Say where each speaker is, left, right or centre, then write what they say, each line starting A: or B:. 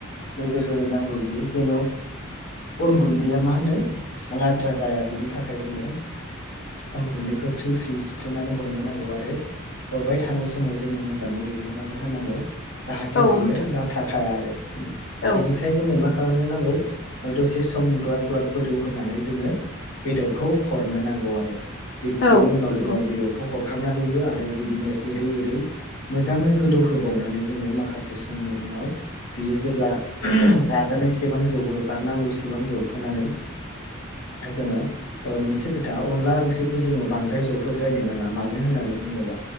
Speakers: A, on the left; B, on the left.
A: नोजोर होनो नांगौ जे जेन' अन गुन्दैया मा होनो लाद्रा जाया बिनि थाखाय जोङो अन गुन्दैखौ फ्रि फ्रि सिुफ्रुनानै हरनो नांगौ आरो हरबाय थानाय समाव जोङो मोजाङै एग्लुंनानै होनांगौ जाहाथे
B: औ
A: बियो
B: नोंथां
A: लाथाखाया आरो
B: औ
A: बेनिफ्राय जोङो मा खालामनो नांगौ दसे सम ग्लाब ग्लाब गोदौ होनानै जोङो बेदरखौ हरनो नांगौ आरो
B: औ
A: बिनि उनाव
B: नंगौ
A: जोङो बेदरखौ ह खांनानैबो आरो बिदिनो एरै एरै मोजाङै गोदौ होबावनानै जोङो माखासे समनि उनाव बियो जेब्ला <unintelligible> जाजानाय सेबां जौबो बा नांगौ गोबां जबहोनानै जोङो मोनसे ओ खोथा अनला ओंख्रिखौ जोङो बांद्राय जबहोद्रायनो नाङा मानो होननानै बुङोबा